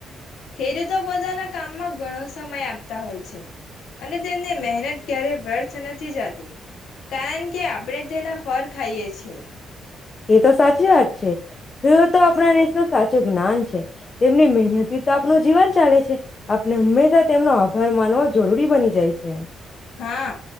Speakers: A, on the left (about 80°); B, on the left (about 30°).
A: ખેડૂતો પોતાના કામમાં ઘણો સમય આપતા હોય છે અને તેમને મહેનત ક્યારે વર્થ ના નથી જાતિ. કારણ કે આપણેે તેના ફળ ખાઈએ છીએ.
B: એ તો સાચી વાત છે એ તો આપણા <unintelligible> સાચું જ્ઞાન છે. તેમની મહેનત તો આપનું જીવન ચાલે છે આપણે હંમેશા તેમનો આભાર માનવો જરૂરી બની જાય છે.
A: હા